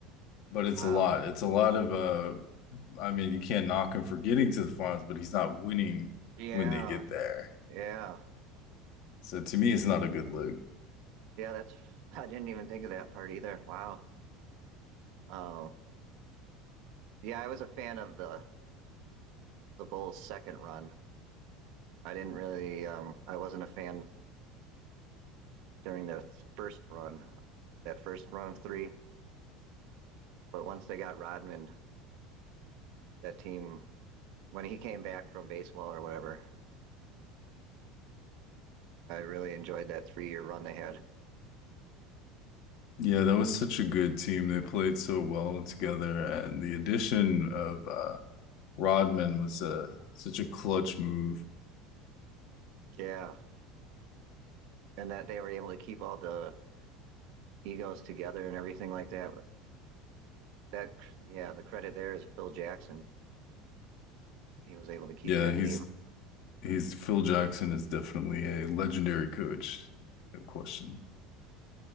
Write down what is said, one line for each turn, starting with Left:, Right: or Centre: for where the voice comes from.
Left: But it's
Right: Wow.
Left: a lot. It's a lot of uh I mean, you can't knock him for getting to the finals, but he's not winning
Right: Yeah.
Left: when they get there.
Right: Yeah.
Left: So to me, it's not a good look.
Right: Yeah. That's, <laughs> I didn't even think of that part either. Wow. Um, yeah, I was a fan of the, the Bulls' second run. I didn't really, um, I wasn't a fan during their th- first run, that first run of three. But once they got Rodman, that team, when he came back from baseball or whatever, I really enjoyed that three year run they had.
Left: Yeah, that was such a good team. They played so well together, and the addition of uh Rodman was uh such a clutch move.
Right: Yeah. And that they were able to keep all the egos together and everything like that that yeah, the credit there is Phil Jackson. He was able to keep
Left: Yeah,
Right: that
Left: he's
Right: team.
Left: he's Phil Jackson is definitely a legendary coach. No question.